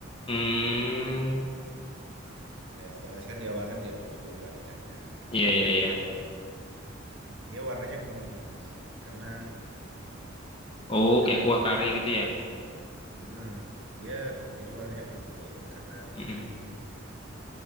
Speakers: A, on the left; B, on the right.
A: Hmm.
B: ya otomatis kan di awal kan direbus dulu kan ikannya
A: Ya ya ya.
B: dia warnanya kuning mas karena
A: Oh,
B: ada
A: kayak kuah
B: kunyit
A: kari gitu ya.
B: Mm, dia jadi warnanya kuning karena
A: Mm-mm.
B: ada kunyitnya